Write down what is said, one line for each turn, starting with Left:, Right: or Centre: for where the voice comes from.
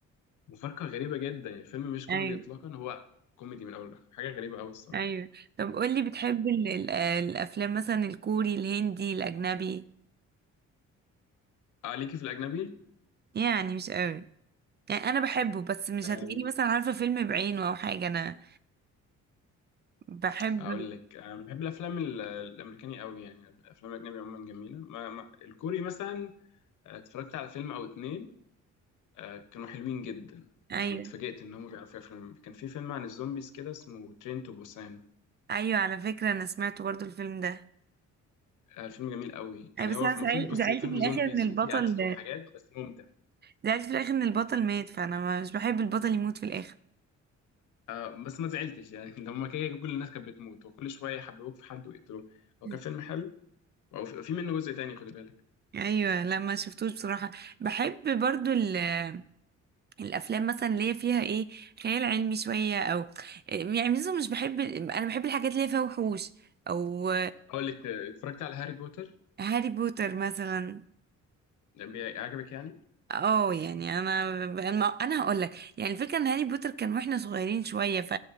Left: مفارقة غريبة جدا يعني الفيلم مش كوميدي
Right: ايوه
Left: اطلاقا هو كوميدي من اول لاخر حاجة غريبة قوي الصراحة
Right: ايوه طب قولي بتحب ال- ال- الافلام مثلا الكوري الهندي الاجنبي
Left: اه ليكي في الاجنبي
Right: يعني مش قوي يعني انا بحبه بس مش هتلاقيني
Left: أم،
Right: مثلا عارفه فيلم بعينه او حاجه انا بحب
Left: اقول لك انا بحب الافلام ال- الامريكاني قوي يعني الافلام الاجنبي عموما جميلة ما ما الكوري مثلا آه، اتفرجت على فيلم او اتنين آه، كانوا حلوين جدا
Right: ايوه
Left: يعني اتفاجئت ان هم بيعرفوا يفلم كان في فيلم عن الزومبيز كده اسمه ترين تو بوسان
Right: ايوه على فكره انا سمعت برضو الفيلم ده
Left: آه، الفيلم جميل قوي يعني
Right: اي بس
Left: هو
Right: انا
Left: المفروض
Right: زعل-
Left: بص
Right: زعلت
Left: هو فيلم
Right: في الاخر
Left: زومبيز
Right: ان البطل
Left: وفيه قتل وحاجات بس ممتع
Right: زعلت في الاخر ان البطل مات فانا مش بحب البطل يموت في الاخر
Left: آه، بس ما زعلتش يعني <laughs> لما كده كل الناس كانت بتموت وكل شويه يحببوك في حد ويقتلوه هو
Right: <laughs>
Left: كان فيلم حلو وفي منه جزء تاني خد بالك
Right: ايوه لا ما شفتوش بصراحه بحب برضو ال- الافلام مثلا اللي هي فيها ايه خيال علمي شويه او يعني مثلا مش بحب انا بحب الحاجات اللي هي فيها وحوش او
Left: اقول لك آه، اتفرجت على هاري بوتر
Right: هاري بوتر مثلا
Left: ده بي- عجبك يعني
Right: اه يعني انا انا أنا هقول لك يعني الفكره ان هاري بوتر كان واحنا صغيرين شويه ف...